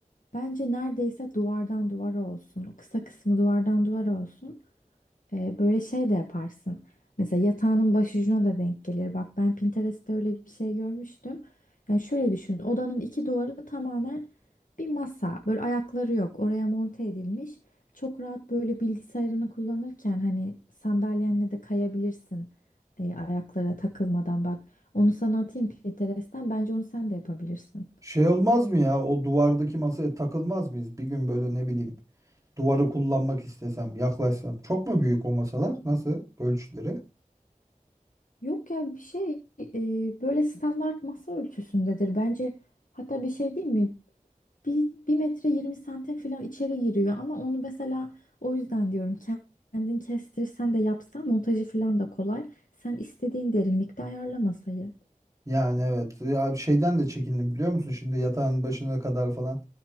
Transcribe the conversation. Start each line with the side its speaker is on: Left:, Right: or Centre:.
Left: Bence neredeyse duvardan duvara olsun. Kısa kısmı duvardan duvara olsun. Ee, böyle şey de yaparsın. Mesela yatağının başucuna da denk gelir. Bak ben Pinterest'te öyle bir şey görmüştüm. Yani şöyle düşün. Odanın iki duvarı tamamen bir masa. Böyle ayakları yok. Oraya monte edilmiş. Çok rahat böyle bilgisayarını kullanırken hani sandalyenle de kayabilirsin. e, ayaklara takılmadan bak. Onu sana atayım Pinterest'ten. Bence onu sen de yapabilirsin.
Right: Şey olmaz mı ya o duvardaki masaya takılmaz mıyız? Bir gün böyle ne bileyim duvarı kullanmak istesem yaklaşsam. Çok mu büyük o masalar? Nasıl ölçüleri?
Left: Yok ya bir şey e, böyle standart masa ölçüsündedir. Bence hatta bir şey değil mi? Bir, bir metre 20 santim falan içeri giriyor ama onu mesela o yüzden diyorum ken- kendin kestirirsen de yapsan montajı falan da kolay. Sen istediğin derinlikte ayarla masayı.
Right: Yani evet. Ya şeyden de çekindim biliyor musun? Şimdi yatağın başına kadar falan.